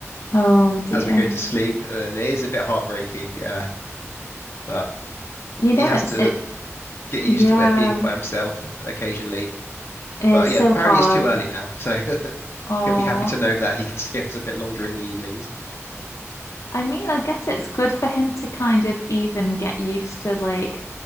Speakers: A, on the left (about 80°); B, on the left (about 55°).
A: Oh, dear.
B: as we go to sleep, and it is a bit heartbreaking. Uh, but
A: You
B: he
A: know,
B: has
A: it's
B: to
A: it.
B: get used
A: Yeah,
B: to it being by himself occasionally.
A: it's
B: But yeah,
A: so
B: apparently
A: hard.
B: it's too early now, so <laughs>
A: Oh,
B: he'll be happy to know that he can <laughs> stay us a bit longer in the evenings.
A: I mean, I guess it's good for him to kind of even get used to like,